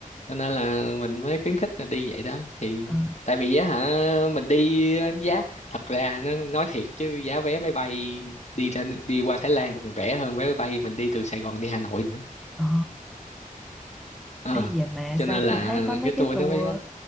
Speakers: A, on the left (about 50°); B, in the centre.
A: cho nên là mình mới khuyến khích là đi vậy đó thì
B: Ờ.
A: tại vì á hả mình đi á, giá thật ra nó nói thiệt chứ giá vé máy bay đi ra đi qua Thái Lan còn rẻ hơn vé máy bay mình đi từ Sài Gòn đi Hà Nội nữa
B: Ờ.
A: Ờ.
B: Ê vậy mà
A: cho
B: sao
A: nên là
B: tôi thấy có mấy
A: cái tour
B: cái tour
A: nó mới